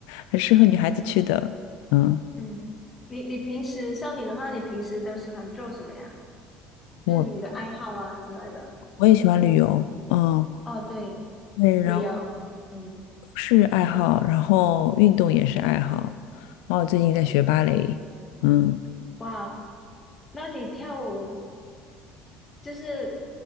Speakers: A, on the left; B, on the left.
A: 很适合女孩子去的。嗯，
B: 嗯，你你平时像你的话，你平时都喜欢做什么呀？就是你的爱好啊之类的。
A: 我我也喜欢旅游，嗯，
B: 哦，对，
A: 对，然后
B: 旅游。嗯，
A: 是爱好，然后运动也是爱好，然后我最近在学芭蕾，嗯，
B: 哇，那你跳舞就是